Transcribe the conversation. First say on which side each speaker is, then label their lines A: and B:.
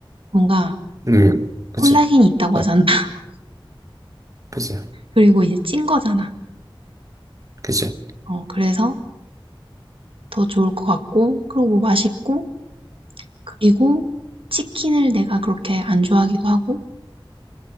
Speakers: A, on the right (about 75°); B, on the right (about 40°).
A: 뭔가
B: 음, 그치.
A: 콜라겐이 있다고
B: 아,
A: 하잖아. <laughs>
B: 그치.
A: 그리고 이제 찐 거잖아.
B: 그치.
A: 어, 그래서 더 좋을 것 같고, 그리고 맛있고, 그리고 치킨을 내가 그렇게 안 좋아하기도 하고,